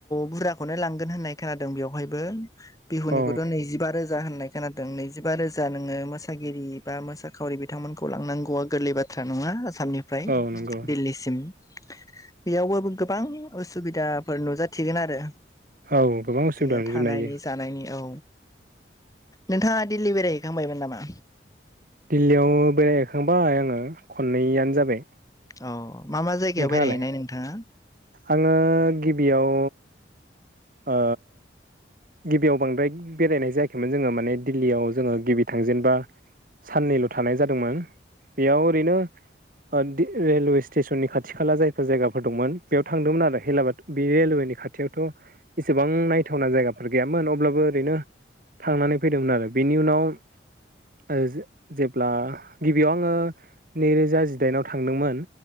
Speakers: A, on the left (about 20°); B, on the right (about 50°).
A: बुरजाखौनो लांगोन होननाय खोनादों बेवहायबो बिहुनिखौथ'
B: औ
A: नैजिबा रोजा होननाय खोनादों नैजिबा रोजा जा नोङो मोसागिरि बा मोसाखावरि बिथांमोनखौ लांनांगौआ गोरलै बाथ थ्रा नङा आसामनिफ्राय
B: औ नंगौ
A: दिल्ली सिम बेयावबो गोबां उसुबिदाफोर नुजाथिगोन आरो
B: औ गोबां
A: बिदिनो
B: उसुबिदा नुजोबनो
A: थानायनि
B: हायो
A: जानायनि औ नोंथाङा दिल्ली बेराय थांबायमोन नामा
B: दिल्लीयाव बेरायहैखांबाय आङो खननैयनो जाबाय
A: औ मा मा जायगायाव
B: नोंथाङालाय
A: बेरायहैनाय नोंथाङा
B: आङो गिबियाव ओ गिबियाव बांद्राय बेरायनाय जायाखैमोन जोङो माने दिल्लीयाव जोङो गिबि थांजेनबा साननैल' थानाय जादोंमोन बेयाव ओरैनो रेलवे स्टेसननि खाथि खाला जायफोर जायगाफोर दंमोन बेयाव थांदोंमोन आरो हेलाबाद बे रेलवेनि खाथियावथ' इसेबां नायथावना जायगाफोर गैयामोन अब्लाबो ओरैनो थांनानै फैदोंमोन आरो बेनि उनाव ओ जेब्ला गिबियाव आङो नैरोजा जिदाइनाव थांदोंमोन